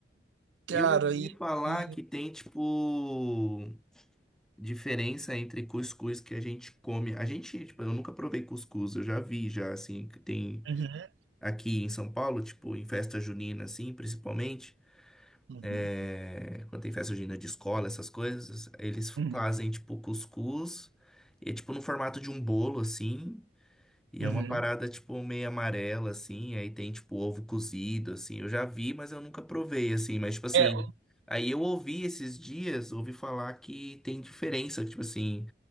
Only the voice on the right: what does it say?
Cara,
e...
e-
Uhum,
uhum,
uhum,
uhum.
É,